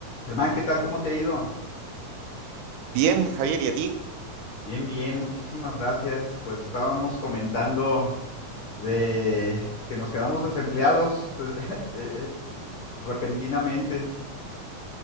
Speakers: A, on the left (about 70°); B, on the right (about 75°).
A: Germán, ¿qué tal? ¿Cómo te ha ido?
B: Bien, Javier, ¿y a ti?
A: Bien, bien, muchísimas gracias. Pues estábamos comentando de que nos quedamos desempleados <laughs> eh, eh, repentinamente.